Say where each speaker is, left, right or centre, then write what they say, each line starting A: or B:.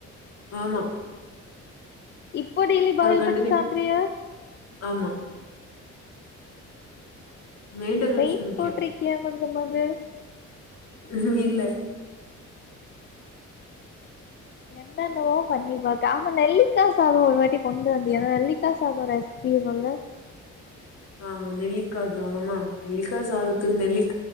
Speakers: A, on the left; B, on the left.
A: ஆம்மா
B: இப்போ டெய்லி பாயில்
A: கண்டினியூ
B: பண்ணி சாப்றியா
A: ஆமா மெயின்டனன்ஸ்
B: வெய்ட்
A: முக்கியோ
B: போட்டிரிக்கியா கொஞ்சமாவ்து
A: ம் இல்ல
B: என்னென்னவோ பண்ணி பாக்க ஆம்மா நெல்லிக்கா சாதோ ஒரு வாட்டி கொண்டு வந்தியன்னா நெல்லிக்கா சாதோ ரெசிபி சொல்லு
A: அ நெல்லிக்கா சாதமா நெல்லிக்கா சாதத்துக்கு நெல்லிக்